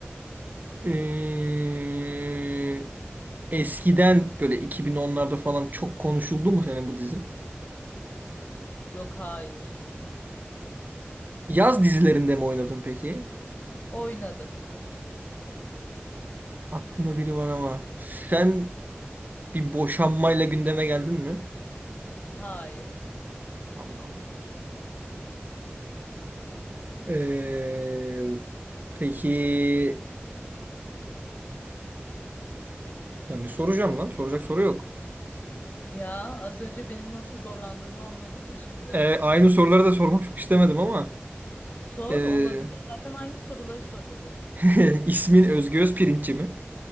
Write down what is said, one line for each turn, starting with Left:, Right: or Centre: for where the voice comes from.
Right: Ee, eskiden böyle 2010'larda falan çok konuşuldu mu senin bu dizin?
Left: Yok hayır.
Right: Yaz dizilerinde mi oynadın peki?
Left: Oynadım.
Right: Aklımda biri var ama sen bir boşanmayla gündeme geldin mi?
Left: Hayır.
Right: Allah Allah. Ee, peki yani soracağım lan. Soracak soru yok.
Left: Ya az önce benim nasıl zorlandığımı anladın mı şimdi?
Right: Ee, aynı soruları da sormak çok istemedim ama
Left: Sor
Right: ee,
Left: olabilir. Zaten aynı soruları soracağız hep.
Right: <laughs> ismin Özgü Özpirinççi mi?